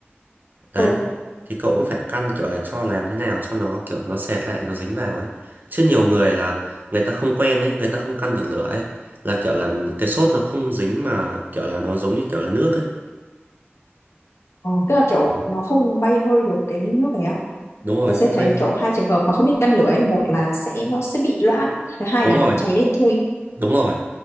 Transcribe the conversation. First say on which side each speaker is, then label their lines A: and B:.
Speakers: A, on the right; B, on the left.
A: đấy
B: ừ
A: thì cậu cũng phải căn kiểu là cho làm thế nào cho nó kiểu nó sệt lại nó dính vào ấy chứ nhiều người là người ta không quen ấy người ta không căn được lửa ấy là kiểu là cái sốt nó không dính mà kiểu là nó giống như kiểu là nước ấy
B: ờ, tức là kiểu
A: Ừ.
B: nó không bay hơi được cái nước này á
A: đúng rồi
B: tớ
A: nó
B: sẽ
A: không
B: thấy
A: bay
B: kiểu hai trường hợp mà không biết căn lửa ấy một là sẽ nó sẽ bị loãng thứ hai
A: đúng
B: là nó
A: rồi
B: cháy đen thui
A: đúng rồi